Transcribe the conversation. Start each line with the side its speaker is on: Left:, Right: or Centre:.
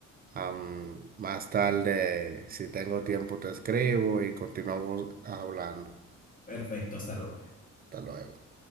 Right: Am, más tarde, si tengo tiempo, te escribo y continuamos hablando.
Left: Perfecto, hasta luego.
Right: Hasta luego.